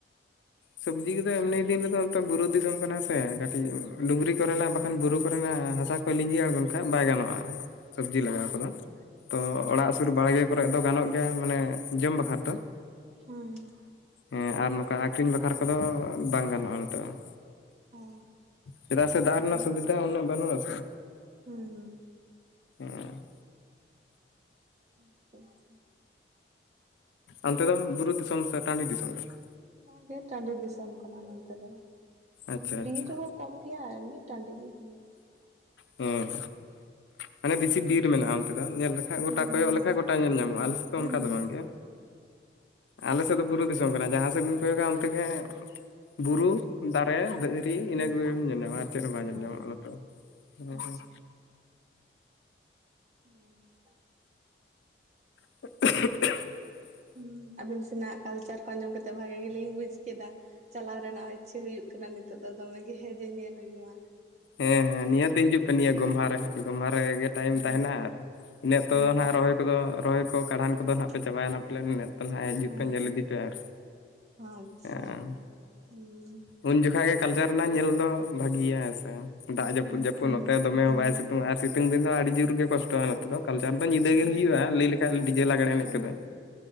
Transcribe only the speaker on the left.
ᱥᱚᱵᱽᱡᱤ ᱠᱚᱫᱚ ᱮᱢᱱᱤ ᱫᱤᱱ ᱨᱮᱫᱚ ᱚᱱᱛᱮ ᱵᱩᱨᱩ ᱫᱤᱥᱚᱢ ᱠᱟᱱᱟ ᱥᱮ, ᱠᱟᱹᱴᱤᱡ ᱰᱩᱝᱨᱤ ᱠᱚᱨᱮᱱᱟᱜ ᱵᱟᱠᱷᱟᱱ ᱵᱩᱨᱩ ᱠᱚᱨᱮᱱᱟᱜ ᱦᱟᱥᱟ᱾ ᱞᱤᱸᱜᱤ ᱟᱬᱜᱚᱱ ᱠᱷᱟᱡ ᱵᱟᱭ‌ ᱜᱟᱱᱚᱜ-ᱟ᱾ ᱥᱚᱵᱽᱡᱤ ᱞᱟᱜᱟᱣ
ᱠᱟᱫᱟ ᱛᱚ
ᱚᱲᱟᱜ ᱥᱩᱨ ᱵᱟᱲᱜᱮ ᱠᱚᱨᱮ ᱫᱚ ᱜᱟᱱᱚᱜ ᱜᱮᱭᱟ ᱢᱟᱱᱮ᱾ ᱡᱚᱢ
ᱵᱟᱠᱷᱨᱟ ᱫᱚ
ᱦᱮᱸ ᱟᱨ ᱱᱚᱝᱠᱟ᱾ ᱟᱠᱷᱨᱤᱧ ᱵᱟᱠᱷᱨᱟ ᱠᱚᱫᱚ ᱵᱟᱝ ᱜᱟᱱᱚᱜ-ᱟ ᱱᱤᱛᱚᱜ᱾
ᱪᱮᱫᱟᱜ ᱥᱮ ᱫᱟᱜ ᱨᱮᱱᱟᱜ
ᱥᱩᱵᱤᱫᱷᱟ ᱩᱱᱟᱹᱜ ᱵᱟᱹᱱᱩᱜ ᱟᱥᱮ᱾
ᱦᱮᱸ
ᱚᱱᱛᱮ ᱫᱚ ᱵᱩᱨᱩ ᱫᱤᱥᱚᱢ ᱥᱮ ᱴᱟᱰᱤ ᱫᱤᱥᱚᱢ ᱠᱟᱱᱟ᱾
ᱟᱪᱪᱷᱟ
ᱟᱪᱪᱷᱟ
ᱦᱩᱢ ᱢᱟᱱᱮ ᱵᱮᱥᱤ ᱵᱤᱨ ᱢᱮᱱᱟᱜ-ᱟ ᱚᱱᱛᱮ ᱫᱚ ᱧᱮᱞ ᱞᱮᱠᱷᱟᱡ ᱜᱚᱴᱟ
ᱠᱚᱭᱚᱜ
ᱞᱮᱠᱷᱟᱡ ᱜᱚᱴᱟ ᱧᱮᱞ ᱧᱟᱢᱚᱜ-ᱟ ᱟᱞᱮᱥᱮᱫ ᱫᱚ
ᱚᱱᱠᱟ ᱫᱚ
ᱵᱟᱝᱜᱮ᱾ ᱟᱞᱮ ᱥᱮᱫ ᱫᱚ ᱵᱩᱨᱩ ᱫᱤᱥᱚᱢ ᱠᱟᱱᱟ ᱡᱟᱦᱟᱸ ᱥᱮᱫ ᱵᱤᱱ ᱠᱚᱭ ᱠᱚᱭᱚᱜᱼᱟ᱾ ᱚᱛᱮ ᱵᱩᱨᱩ ᱫᱟᱨᱮ ᱫᱷᱤᱨᱤ ᱤᱱᱟᱹ
ᱠᱚᱜᱮᱢ ᱧᱮᱞ ᱧᱟᱢᱟ ᱟᱨ ᱪᱮᱫ ᱦᱚᱸ ᱵᱟᱝ
ᱧᱮᱞ ᱧᱟᱢᱚᱜᱼᱟ᱾ <unintelligible>
<inaudible>
ᱦᱮᱸ ᱦᱮᱸ ᱱᱤᱦᱟᱹᱛᱮ ᱦᱤᱡᱩᱜ ᱯᱮ ᱱᱤᱭᱟᱹ ᱜᱚᱢᱦᱟ ᱨᱮ ᱾ ᱜᱚᱢᱦᱟ ᱨᱮᱜᱮᱼᱼ
ᱴᱟᱭᱤᱢ ᱛᱟᱦᱮᱱᱟ ᱟᱨ ᱤᱱᱟᱹᱜ ᱛᱚ
ᱱᱟᱦᱟᱜ ᱨᱚᱦᱚᱭ ᱠᱚᱫᱚ ᱨᱚᱦᱚᱭ ᱠᱚ ᱠᱟᱬᱦᱟᱱ ᱠᱚᱫᱚ
ᱱᱟᱦᱟᱜ ᱯᱮ ᱪᱟᱵᱟᱭᱟ ᱱᱟᱦᱟᱜ ᱯᱟᱞᱮ᱾ ᱱᱟᱹᱜᱼᱼ ᱛᱟᱦᱟ ᱦᱤᱡᱩᱜ
ᱯᱮ᱾ ᱧᱮᱞ ᱤᱫᱤ ᱯᱮ ᱟᱨ᱾
ᱦᱮᱸᱻ
ᱩᱱ ᱡᱚᱠᱷᱟ ᱜᱮ ᱠᱟᱞᱪᱟᱨ ᱨᱮᱱᱟᱜ ᱧᱮᱞ ᱫᱚ ᱵᱷᱟᱹᱜᱤᱭᱟ ᱦᱮᱸ ᱥᱮ᱾ ᱫᱟᱜ ᱡᱟᱹᱯᱩᱫ
ᱡᱟᱹᱯᱩᱫ
ᱱᱚᱛᱮ ᱫᱚᱢᱮ
ᱦᱚᱸ ᱵᱟᱭ ᱥᱤᱛᱩᱝ ᱟᱨ ᱥᱤᱛᱩᱝ ᱫᱤᱱ ᱫᱚ ᱟᱹᱰᱤ ᱡᱳᱨ ᱜᱮᱼᱼ ᱠᱚᱥᱴᱚᱜᱼᱟ ᱱᱚᱛᱮ ᱫᱚ ᱾ ᱠᱟᱞᱪᱟᱨ ᱫᱚ ᱧᱤᱫᱟᱹ ᱜᱮ
ᱦᱩᱭᱩᱜᱼᱟ ᱾ ᱞᱟᱹᱭ ᱞᱮᱠᱷᱟᱱ ᱰᱤᱡᱮ ᱞᱟᱜᱽᱬᱮ ᱮᱱᱮᱡ
ᱠᱚᱫᱚ᱾